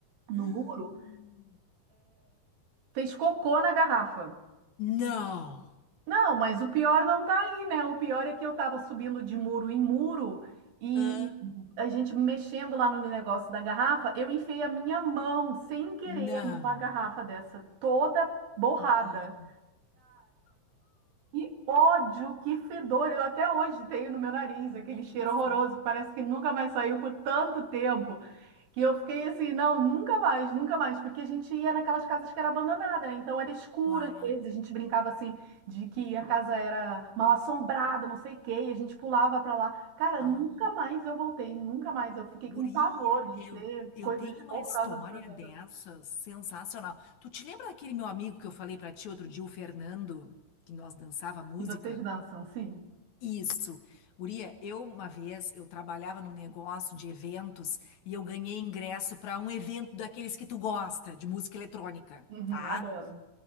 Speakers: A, on the right; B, on the left.
A: no
B: <gasps>
A: muro, fez cocô na garrafa.
B: Não.
A: Não, mas o pior não tá aí, né? O pior é que eu tava subindo de muro em muro e,
B: Ah,
A: e a gente mexendo lá no negócio da garrafa, eu enfiei a minha mão sem querer
B: Não.
A: numa garrafa dessa, toda borrada.
B: Não,
A: E ódio, que fedor! Eu até hoje tenho no meu nariz
B: pensa
A: aquele cheiro horroroso que parece que nunca mais saiu por tanto tempo. Que eu fiquei assim, não, nunca mais, nunca mais, porque a gente ia naquelas casas que era abandonada, né? Então era escuro
B: lá.
A: às vezes, a gente brincava assim de que a casa era mal assombrada, não sei o quê, e a gente pulava pra lá. Cara,
B: Ah,
A: nunca mais eu voltei, nunca mais. Eu fiquei
B: guria,
A: com pavor de
B: eu,
A: ter
B: eu
A: coisas
B: tenho uma
A: horrorosas
B: história
A: e nojentas.
B: dessas
A: assim.
B: sensacional. Tu te lembra daquele meu amigo que eu falei pra ti outro dia, o Fernando, que nós dançava música?
A: E vocês dançam, sim?
B: Isso. Guria, eu uma vez eu trabalhava num negócio de eventos e eu ganhei ingresso para um evento daqueles que tu gosta, de música eletrônica,
A: Uhum,
B: tá?
A: adoro.